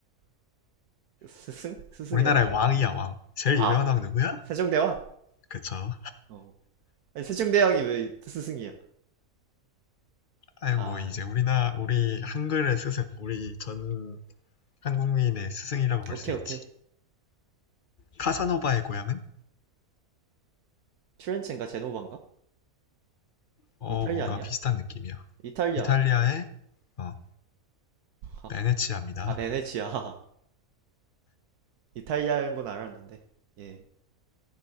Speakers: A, on the right; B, on the left.
A: 스승? 스승의
B: 우리나라의
A: 날?
B: 왕이야, 왕. 제일
A: 아
B: 유명한 왕 누구야?
A: 세종대왕?
B: 그쵸.
A: 어. 아니 세종대왕이 왜 스승이야?
B: 아유,
A: 아
B: 뭐, 이제 우리나, 우리 한글의 스승, 우리 전 한국민의 스승이라고 볼
A: 오케이
B: 수 있지.
A: 오케이
B: 카사노바의 고향은?
A: 트렌체인가 제노바인가?
B: 어,
A: 이탈리아
B: 뭔가
A: 아니야?
B: 비슷한 느낌이야.
A: 이탈리아
B: 이탈리아의, 어,
A: 아,
B: 베네치아입니다.
A: 아 베네치아 <laughs> 이탈리아인 건 알았는데. 예.